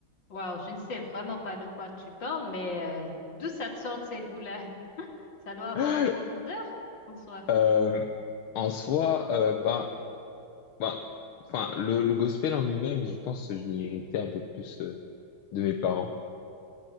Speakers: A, on the left; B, on the left.
A: Waouh, je ne sais vraiment pas de quoi tu parles, mais euh, d'où ça te sort de ces goûts-là? <laughs> Ça doit avoir
B: <gasps>
A: une profondeur en soi.
B: Euh, en soi, euh, ben, ben, enfin, le, le gospel en lui-même, je pense que je l'ai hérité un peu plus euh, de mes parents.